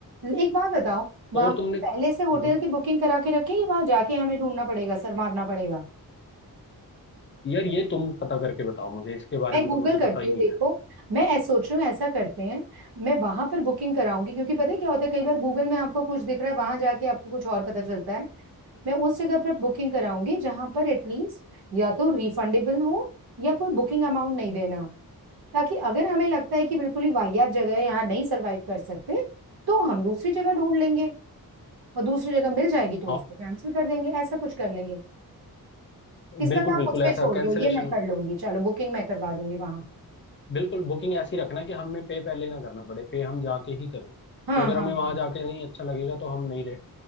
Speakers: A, on the right; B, on the left.
A: एक बात बताओ वहां
B: और
A: पे
B: तुमने हम्म,
A: पहले से होटल
B: हम्म।
A: की बुकिंग करा के रखें या वहां जाके हमें ढूंढना पड़ेगा सर मारना पड़ेगा
B: यार ये तुम पता करके बताओ मुझे इसके बारे
A: मैं
B: में
A: गूगल
B: तो मुझे
A: करती
B: पता ही
A: हूँ
B: नहीं
A: देखो
B: है
A: मैं ऐसा सोच रही हूँ ऐसा करते हैं मैं वहां पर बुकिंग कराऊंगी क्योंकि पता है क्या होता है कई बार गूगल में आपको कुछ दिख रहा है वहां जाके आपको कुछ और पता चलता है मैं उस जगह पर बुकिंग कराऊंगी जहां पर एटलीस्ट या तो रिफंडेबल हो या कोई बुकिंग अमाउंट नहीं देना हो ताकि अगर हमें लगता है कि बिल्कुल ही वाहियात जगह है यहाँ नहीं सरवाइव कर सकते तो हम दूसरी जगह ढूंढ लेंगे और दूसरी जगह मिल जाएगी तो
B: हाँ
A: उसको कैंसिल कर देंगे ऐसा कुछ कर लेंगे इसका
B: बिल्कुल
A: काम
B: बिल्कुल
A: मुझ पे
B: ऐसा
A: छोड़
B: कैंसलेशन
A: दो ये मैं कर लूंगी चलो बुकिंग मैं करवा दूंगी वहां
B: बिल्कुल बुकिंग ऐसी रखना कि हमें पे पहले ना करना पड़े पे हम जाके ही करें
A: हाँ
B: तो अगर
A: हाँ
B: हमें वहां
A: हाँ
B: जाके नहीं अच्छा लगेगा तो हम नहीं रह-